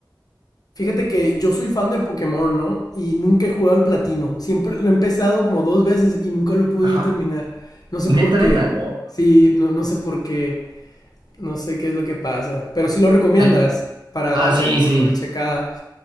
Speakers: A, on the left (about 55°); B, on the right (about 70°).
A: Fíjate que yo soy fan de Pokémon, ¿no? Y nunca he jugado al platino. Siempre lo he empezado como dos veces y nunca lo he podido
B: Ajá.
A: terminar. No sé por
B: Neta,
A: qué.
B: neta. Wow.
A: Sí, no, no sé por qué. No sé qué es lo que pasa. Pero sí lo recomiendas
B: Ay,
A: para
B: Ah,
A: darle
B: sí,
A: un-
B: sí.
A: una checada.